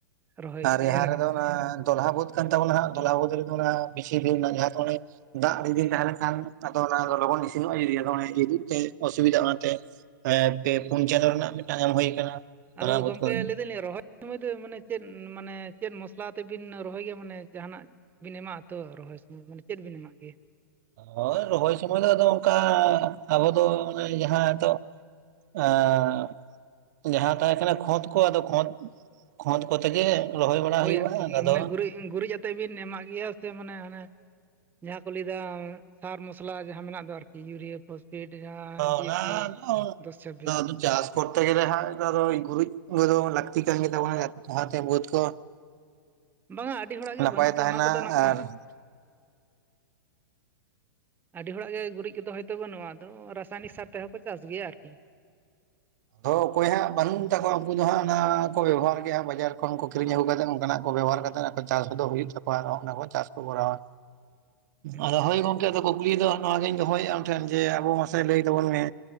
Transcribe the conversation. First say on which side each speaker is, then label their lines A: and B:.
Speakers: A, on the right (about 15°); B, on the right (about 55°).
A: ᱨᱚᱦᱚᱭ
B: ᱟᱨ ᱡᱟᱦᱟᱸ
A: ᱮᱨ ᱟᱠᱟᱫᱟ
B: ᱨᱮᱫᱚ ᱚᱱᱟ ᱫᱚᱞᱦᱟ ᱵᱟᱹᱫᱽ ᱠᱟᱱ ᱛᱟᱵᱚᱱᱟ ᱫᱚᱦᱟ ᱵᱟᱹᱫᱽ ᱨᱮᱫᱚ ᱚᱱᱟ ᱵᱮᱥᱤ ᱫᱤᱱ ᱡᱟᱦᱟᱸ ᱫᱚ ᱩᱱᱤ ᱫᱟᱜ ᱟᱹᱰᱤ ᱫᱤᱱ ᱛᱟᱦᱮᱸ ᱞᱮᱱᱠᱷᱟᱱ ᱟᱫᱚ ᱚᱱᱟ ᱞᱚᱜᱚᱱ ᱤᱥᱤᱱᱚᱜᱼᱟ <unintelligible> ᱛᱮ ᱚᱥᱩᱵᱤᱫᱟ ᱚᱱᱟᱛᱮ ᱮᱸ ᱯᱮ ᱯᱩᱱ ᱪᱟᱸᱫᱳ ᱨᱮᱱᱟᱜ ᱢᱤᱫᱴᱟᱝ ᱮᱢ ᱦᱩᱭ ᱟᱠᱟᱱᱟ᱾ ᱫᱚᱞᱦᱟ
A: ᱟᱫᱚ
B: ᱵᱟᱹᱫᱽ
A: ᱜᱚᱢᱠᱮ
B: ᱠᱚᱨᱮ
A: ᱞᱟᱹᱭᱤᱧ ᱨᱚᱦᱚᱭ ᱨᱚᱢᱚᱭ ᱫᱚ ᱢᱟᱱᱮ ᱪᱮᱫ ᱢᱟᱱᱮ ᱪᱮᱫ ᱢᱚᱥᱞᱟ ᱛᱮᱵᱤᱱ ᱨᱚᱦᱚᱭ ᱜᱮᱭᱟ ᱢᱟᱱᱮ ᱡᱟᱦᱟᱱᱟᱜ ᱵᱤᱱ ᱮᱢᱟᱜᱼᱟ ᱛᱚ ᱨᱚᱦᱚᱭ ᱥᱚᱢᱚᱭ ᱢᱟᱱᱮ ᱪᱮᱫ ᱵᱤᱱ ᱮᱢᱟᱜ ᱜᱮᱭᱟ?
B: ᱦᱳᱭ ᱨᱚᱦᱚᱭ ᱥᱩᱚᱢᱚᱭ ᱫᱚ ᱟᱫᱚ ᱚᱱᱠᱟ ᱟᱵᱚ ᱫᱚ ᱢᱟᱱᱮ ᱡᱟᱦᱟᱸ ᱦᱤᱛᱚᱜ ᱮᱸᱻ ᱡᱟᱦᱟᱸ ᱛᱟᱦᱮᱸ ᱠᱟᱱᱟ ᱠᱷᱫᱽ ᱠᱚ ᱟᱫᱚ ᱠᱷᱫᱽ ᱠᱷᱫᱽ ᱠᱚᱛᱮᱜᱮ ᱨᱚᱦᱚᱭ ᱵᱟᱲᱟ
A: ᱦᱳᱭ
B: ᱦᱩᱭᱩᱜᱼᱟ
A: ᱟᱨᱠᱤ
B: ᱟᱫᱚ᱾
A: ᱢᱟᱱᱮ ᱜᱩᱨᱤᱡ ᱜᱩᱨᱤᱡ ᱟᱛᱮᱜ ᱵᱤᱱ ᱮᱢᱟᱜ ᱜᱮᱭᱟ ᱥᱮ ᱢᱟᱱᱮ ᱦᱟᱱᱮ ᱡᱟᱦᱟᱸ ᱠᱚ ᱞᱟᱹᱭ ᱮᱟ ᱥᱟᱨ ᱢᱚᱥᱞᱟ ᱡᱟᱦᱟᱸ ᱢᱮᱱᱟᱜ ᱫᱚ ᱟᱨᱠᱤ ᱤᱭᱩᱨᱤᱭᱟᱹ ᱯᱚᱥᱼᱼ ᱯᱮᱴ ᱡᱟᱸᱦᱟ ᱰᱤᱭᱮᱯᱤ
B: ᱚᱱᱟ ᱫᱚ
A: ᱫᱚᱥ ᱪᱷᱟᱵᱵᱤᱥ᱾
B: ᱟᱫᱚ ᱪᱟᱥ ᱠᱚᱨᱛᱮ ᱜᱮᱞ ᱦ ᱜᱩᱨᱤᱡ ᱜ ᱞᱟᱹᱠᱛᱤ ᱠᱟᱱ ᱜᱮᱛᱟ ᱵᱚᱱ ᱞᱟᱦᱟᱛᱮ ᱵᱟᱹᱫᱽ ᱠᱚ
A: ᱵᱟᱝᱟ ᱟᱹᱰᱤ ᱦᱚᱲᱟᱜ ᱜᱮ
B: ᱱᱟᱯᱟᱭ
A: ᱵᱟᱹᱱᱩᱜ ᱛᱚ
B: ᱛᱟᱦᱮᱱᱟ,
A: ᱚᱱᱟ ᱠᱚᱫᱚ ᱱᱟᱜ
B: ᱟᱨ
A: ᱠᱷᱟᱱ
B: <inaudible>
A: ᱟᱹᱰᱤ ᱦᱚᱲᱟᱜ ᱜᱮ ᱜᱩᱨᱤᱡ ᱠᱚᱫᱚ ᱦᱳᱭᱛᱳ ᱵᱟᱹᱱᱩᱜᱼᱟ ᱟᱫᱚ ᱨᱟᱥᱟᱭᱱᱤᱠ ᱥᱟᱨ ᱛᱮᱦᱚᱸ ᱠᱚ ᱪᱟᱥ ᱜᱮᱭᱟ ᱟᱨᱠᱤ᱾
B: ᱛᱳ ᱚᱠᱚᱭ ᱦᱟᱸᱜ ᱵᱟᱹᱱᱩᱜ ᱢᱮᱛᱟ ᱠᱚᱣᱟ ᱩᱱᱠᱩ ᱫᱚ ᱦᱟᱸᱜ ᱚᱱᱟ ᱠᱚ ᱵᱮᱵᱚᱦᱟᱨ ᱜᱮᱭᱟ ᱦᱟᱸᱜ ᱵᱟᱡᱟᱨ᱾ ᱩᱱᱠᱩ ᱠᱤᱨᱤᱧ
A: ᱦᱳᱭ
B: ᱟᱹᱜᱩ ᱠᱟᱛᱮᱫ ᱚᱱᱠᱟᱱᱟᱜ ᱠᱚ ᱵᱮᱵᱚᱦᱟᱨ ᱠᱟᱛᱮ ᱪᱟᱥ ᱫᱚ ᱦᱩᱭᱩᱜ ᱛᱟᱠᱚᱣᱟ ᱟᱨ ᱚᱱᱟ ᱠᱚ ᱪᱟᱥ ᱠᱚ ᱠᱚᱨᱟᱣᱟ᱾
A: ᱟᱪᱪᱷᱟ
B: ᱟᱫᱚ ᱦᱳᱭ
A: ᱟᱪᱪᱷᱟ
B: ᱜᱚᱝᱠᱮ ᱫᱚ ᱠᱩᱠᱞᱤ ᱫᱚ ᱚᱱᱟᱜᱤᱧ ᱫᱚᱦᱚᱭᱮᱫᱼᱟ ᱟᱢ ᱴᱷᱮᱱ ᱡᱮ ᱟᱵᱚ ᱢᱟᱥᱮ ᱞᱟᱹᱭ ᱛᱟᱵᱚᱱ ᱢᱮ